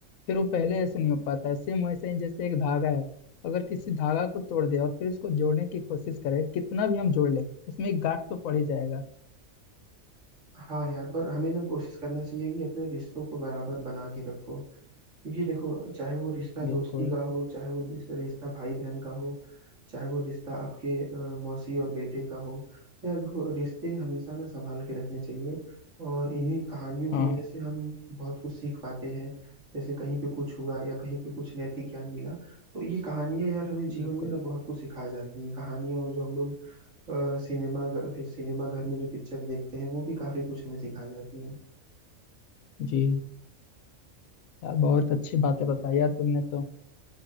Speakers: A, on the left (about 75°); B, on the right (about 60°).
A: फिर वो पहले ऐसे नहीं हो पाता है सेम वैसे ही जैसे एक धागा है अगर किसी धागा को तोड़ दे और फिर उसको जोड़ने की कोशिश करे कितना भी हम जोड़ ले उसमें एक गांठ तो पड़ ही जाएगा
B: हाँ यार पर हमें ना कोशिश करना चाहिए कि अपने रिश्तों को बराबर बना के रखो क्योंकि देखो चाहे वो रिश्ता
A: बिल्कुल
B: दोस्ती का हो चाहे वो रिस- रिश्ता भाई बहन का हो चाहे वो रिश्ता आपके अ, मौसी और बेटे का हो तो यार देखो रिश्ते हमेशा ना संभाल के रखने चाहिए और इन्हीं कहानियों
A: हाँ
B: की वजह से हम बहुत कुछ सीख पाते हैं जैसे कहीं पे कुछ हुआ या कहीं पे कुछ नैतिक ज्ञान मिला तो ये कहानियां यार हमें जीवन
A: बिल्कुल
B: में ना बहुत कुछ सिखा जाती हैं कहानियां और जो हम लोग अ, सिनेमा घ- फिर सिनेमा घर में जो पिक्चर देखते हैं वो भी काफी कुछ हमें सिखा जाती हैं
A: जी यार बहुत अच्छी बातें बताई यार तुमने तो